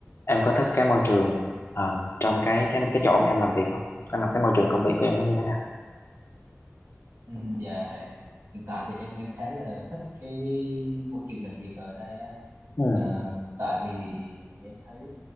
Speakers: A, on the left; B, on the right.
A: em có thích cái môi trường ờ, trong cái cái cái chỗ mà em làm việc không em làm cái môi trường công việc của em nó như thế nào
B: Ừ, dạ hiện tại thì em đang khá là thích cái môi trường làm việc ở đây á
A: ừ
B: Ờ, tại vì em thấy